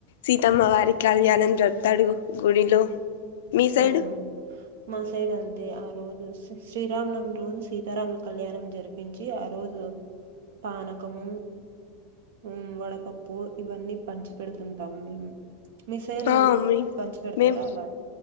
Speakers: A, on the left; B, on the right.
A: సీతమ్మ వారి కళ్యాణం జరుపుతాడు గుడిలో మీ సైడు
B: అవును మా సైడ్ అంతే ఆ రోజు శ్రీ శ్రీరామనవమి రోజు సీతారాముల కళ్యాణం జరిపించి ఆ రోజు పానకము మ్ వడపప్పు ఇవన్నీ పంచి పెడుతుంటాము మేము. మీ సైరు
A: ఆ మీ
B: పంచి పెడతారా
A: మేం
B: అలా?